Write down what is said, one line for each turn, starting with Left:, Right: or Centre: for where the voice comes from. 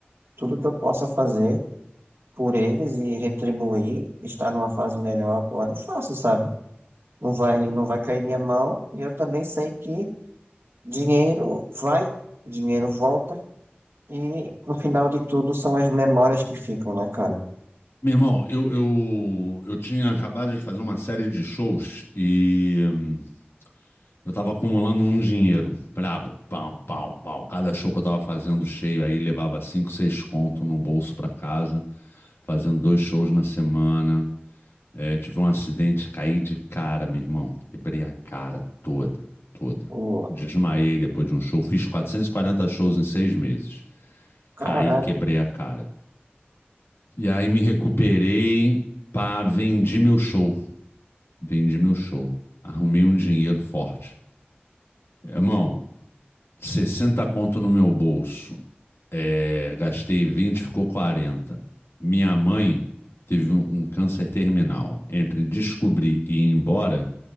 Right: tudo que eu possa fazer por eles e retribuir, estar numa fase melhor agora, eu faço, sabe? Não vai, não vai cair minha mão, e eu também sei que Dinheiro vai, dinheiro volta e no final de tudo são as memórias que ficam, né, cara?
Left: Meu irmão, eu, eu, eu tinha acabado de fazer uma série de shows e hum, eu tava acumulando um dinheiro. Brabo, pau, pau, pau. Cada show que eu tava fazendo cheio aí levava cinco, seis conto no bolso pra casa, fazendo dois shows na semana. É, tive um acidente, caí de cara, meu irmão. Quebrei a cara toda, toda.
Right: O
Left: Desmaiei depois de um show. Fiz 440 shows em seis meses.
Right: caraca,
Left: Caí, quebrei a cara. E aí me recuperei, pá, vendi meu show. Vendi meu show. Arrumei um dinheiro forte. Irmão, 60 conto no meu bolso. É, gastei vinte ficou quarenta Minha mãe teve um, um câncer terminal. Entre descobrir e ir embora,